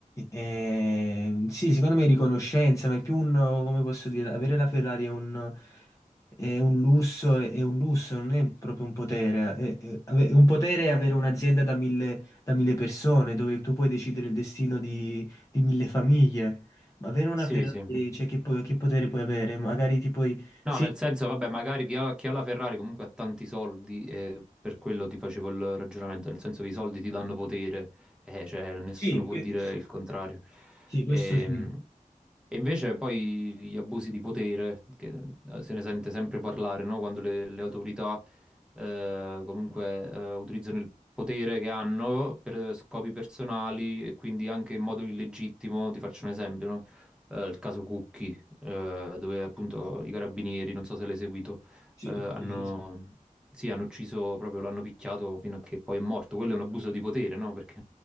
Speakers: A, on the left; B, in the centre.
A: Eh, sì, secondo me è riconoscenza, ma è più un, come posso dire, avere la Ferrari è un, è un lusso, è, è un lusso, non è proprio un potere. È, è- ave- un potere è avere un'azienda da mille, da mille persone dove tu puoi decidere il destino di, di mille famiglie. Ma avere una
B: Sì,
A: Ferrari,
B: sì.
A: cioè che, po- che potere puoi avere? Magari ti puoi...
B: No,
A: Sì,
B: nel senso, vabbè, magari chi ha, chi ha la Ferrari comunque ha tanti soldi e per quello ti facevo il ragionamento, nel senso che i soldi ti danno potere, eh, cioè nessuno
A: sì,
B: può
A: que-
B: dire
A: sì,
B: il contrario.
A: sì, questo
B: Ehm,
A: sì.
B: E, invece poi gli abusi di potere, che eh, se ne sente sempre parlare, no? Quando le, le autorità eh, comunque eh, utilizzano il potere che hanno per scopi personali e quindi anche in modo illegittimo, ti faccio un esempio, no? Eh, il caso Cucchi eh, dove appunto i carabinieri, non so se l'hai seguito,
A: Sì,
B: eh, hanno,
A: sì, sì, sì.
B: sì, hanno ucciso proprio, lo hanno picchiato fino a che poi è morto. Quello è un abuso di potere, no? Perché